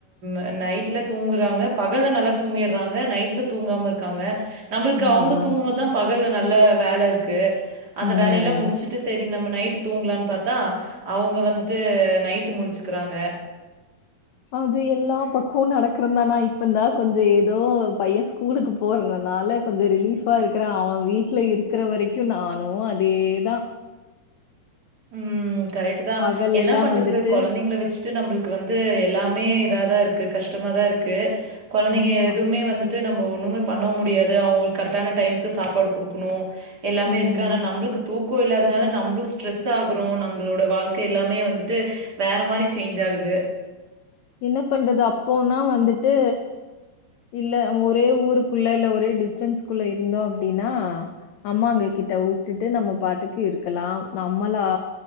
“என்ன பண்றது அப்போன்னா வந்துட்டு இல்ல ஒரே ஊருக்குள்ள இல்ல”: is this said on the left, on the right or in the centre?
Left